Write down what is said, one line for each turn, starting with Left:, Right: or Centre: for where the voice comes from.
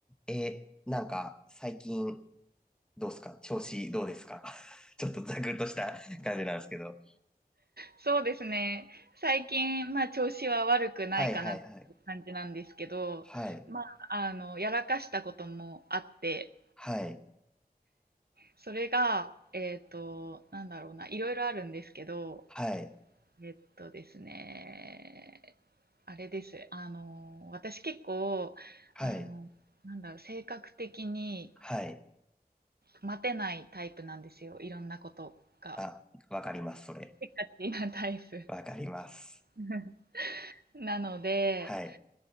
Centre: えー、なんか、最近、どうですか調子どうですか <laughs> ちょっとざくっとした感じなんですけど。
Right: そうですね。最近、まあ、調子は悪くないかなって感じなんですけど、
Centre: はいはいはい。はい。
Right: まあ、あの、やらかしたこともあって、
Centre: はい。
Right: それが、えっと、なんだろうな、いろいろあるんですけど、
Centre: はい。
Right: えっとですね、あれです。あの、私結構、
Centre: はい。
Right: あの、なんだろう、性格的に
Centre: はい。
Right: 待てないタイプなんですよ。いろんなことが。
Centre: あ、わかります、それ。
Right: せっかちなタイプ。
Centre: わかります。
Right: <laughs> なので、
Centre: はい。